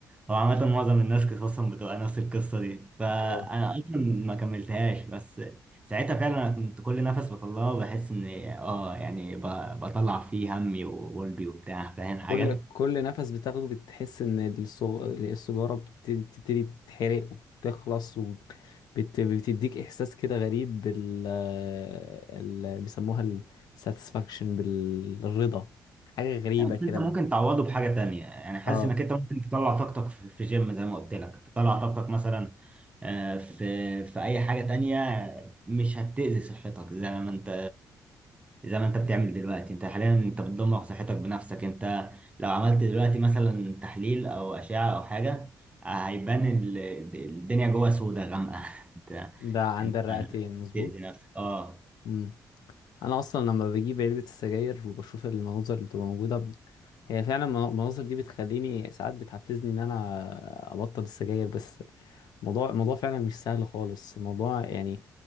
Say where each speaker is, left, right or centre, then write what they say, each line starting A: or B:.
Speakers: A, on the right; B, on the left.
A: هو عامة معظم الناس قصصهم بتبقى نفس القصة دي فأنا
B: آه.
A: اه أصلا ما كملتهاش بس ساعتها فعلا أنا كنت كل نفس بطلعه بحس إن آه يعني ب- بطلع فيه همي وقلبي وبتاع فاهم حاجة؟
B: كل كل نفس بتاخده بتحس ان الصغ- السجارة بت- بتبتدي تتحرق وبتخلص وبتديك احساس كده غريب بال ال- بيسموها الساتسفاكشن بالرضا حاجة غريبة
A: لا، بس
B: كده
A: أنت ممكن تعوضه بحاجة تانية يعني حاسس
B: اه
A: إنك أنت ممكن تطلع طاقتك في في جيم زي ما قلت لك تطلع طاقتك مثلا آه، في في أي حاجة تانية مش هتأذي صحتك زي ما أنت زي ما انت بتعمل دلوقتي انت حاليا انت بتدمر صحتك بنفسك انت لو عملت دلوقتي مثلا تحليل او اشعة او حاجة هيبان ال- الدنيا جوه سودة غامقة <laughs> انت
B: ده عند
A: انت
B: الرئتين مظبوط
A: بتأذي نفسك اه
B: مم. انا اصلا لما بجيب علبة السجاير وبشوف المناظر اللي بتبقى موجودة ب- هي فعلا المناظر دي بتخليني ساعات بتحفزني ان انا ابطل السجاير بس موضوع موضوع فعلا مش سهل خالص موضوع يعني